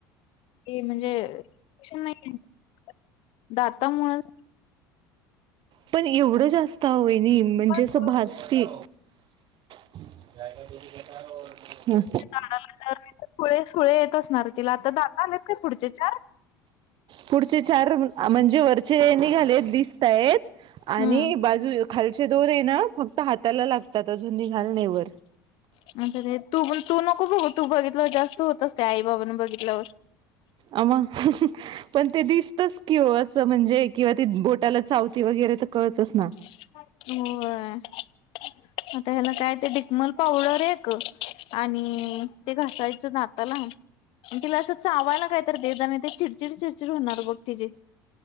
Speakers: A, on the left; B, on the right.
A: म्हणजे नाही <unintelligible> दाता मुळ
B: पण एवढं जास्त अहो वाहिनी म्हणजे
A: दाडाला
B: असं भाजतीये. <unintelligible> हम्म.
A: दाढा आल्या नाही तर, सुळे -सुळे येत असणार तिला आता दाता आलेत काय पुढचे चार?
B: पुढचे चार, आ म्हणजे वरचे निघालेत दिसतायेत. आणि
A: हम्म
B: बाजू- खालचे दोन आहे ना, फक्त हाताला लागतात अजून निघाले नाही वर.
A: <unintelligible> तू -तू नको बघ तू बघितलंवर जास्त होत असते आई बाबाने बघितल्यावर.
B: आ मंग <inaudible> पण ते दिसतच कि, ओ असं म्हणजे किंवा ती बोटाला चावती वगैरे तर कळतच ना.
A: <inaudible> होय. आता ह्याला काय ते डिकमल पावडर एक आणि ते घासायचं दात ताला, तिला असं चावायला कायतरी दे जा नाही ते चिडचिड-चिडचिड होणार बघ तिची.